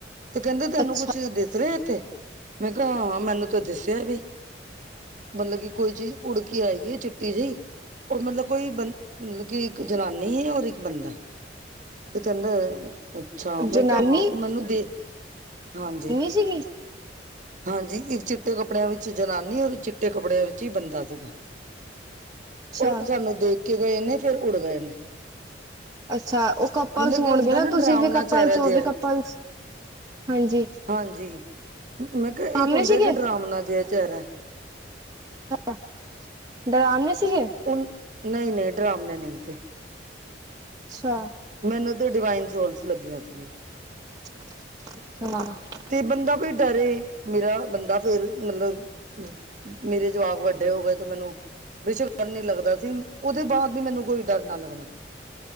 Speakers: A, on the right (about 40°); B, on the right (about 20°).
A: ਤੇ ਕੈਂਦੇ ਤੇਨੂੰ
B: ਅੱਛਾ
A: ਕੁਛ ਦਿਸ ਰਿਆ ਏਥੇ। ਮੈਂ ਕਿਆ ਹਾਂ ਹਾਂ ਮੈਨੂੰ ਤੇ ਦਿਸਿਆ ਬੀ, ਮਲਬ ਕੀ ਕੋਈ ਚੀਜ਼ ਉੱੜ ਕੇ ਆਈ ਏ ਚਿੱਟੀ ਜ‌ਈ। ਓ ਮਲਬ ਕੋਈ ਬੰ ਮਲਬ ਕੀ ਇੱਕ ਜਨਾਨੀ ਏ ਔਰ ਇੱਕ ਬੰਦਾ। ਤੇ ਕੈਂਦੇ ਅੱਛਾ ਮੈਂ
B: ਜਨਾਨੀ
A: ਕਿਆ ਹਾਂ ਓ ਮੈਨੂੰ ਦੇ, ਹਾਂਜੀ।
B: ਸੀਗੇ।
A: ਹਾਂਜੀ ਇੱਕ ਚਿੱਟੇ ਕੱਪੜਿਆਂ ਵਿੱਚ ਜਨਾਨੀ, ਔਰ ਚਿੱਟੇ ਕੱਪੜਿਆਂ ਵਿੱਚ ਈ ਬੰਦਾ ਸੀਗਾ।
B: ਅੱਛਾ
A: ਓ ਸਾਨੂੰ ਦੇਖ ਕੇ ਗਏ ਨੇ ਫੇਰ ਉੱੜ ਗਏ ਨੇ।
B: ਅੱਛਾ ਓ ਕੱਪਲਸ
A: ਮਤਲਬ
B: ਹੋਣਗੇ
A: ਕਿ ਹੁੰਦਾ
B: ਨਾ ਤੁਸੀਂ
A: ਡਰਾਵਣਾ
B: ਵੀ ਕੱਪਲਸ।
A: ਚਿਹਰਾ
B: ਓ
A: ਜਿਹਾ
B: ਵੀ ਕੱਪਲਸ, ਹਾਂਜੀ।
A: ਹਾਂਜੀ ਮੈਂ ਕਿਆ
B: ਡਰਾਮਣੇ
A: ਇਕ ਹੁੰਦਾ
B: ਸੀਗੇ
A: ਕੀ ਡਰਾਵਣਾ ਜਿਆ ਚੈਰਾ।
B: ਅੱਛ ਡਰਾਵਣੇੇ ਸੀਗੇ।
A: ਉਨ ਨਈ ਨਈ ਡਰਾਵਣੇ ਨਈ ਥੇ।
B: ਅੱਛਾ
A: ਮੈਨੂੰ ਤੇ ਡਿਵਾਈਨ ਸੋਲਸ ਲੱਗੀਆਂ ਸੀਗੀਆਂ।
B: <unintelligible>
A: ਤੇ ਬੰਦਾ ਵੀ ਡਰੇ, ਮੇਰਾ ਬੰਦਾ ਫੇਰ ਮਲਬ ਮੇਰੇ ਜਵਾਕ ਵੱਡੇ ਹੋ ਗਏ ਤੇ ਮੈਨੂੰ ਬੇਸ਼ੱਕ ਡਰ ਨੀ ਲੱਗਦਾ ਸੀ। ਓਦੇ ਬਾਦ ਵੀ ਮੈਨੂੰ ਕੋਈ ਡਰ ਨਾ ਲੱਗਣਾ।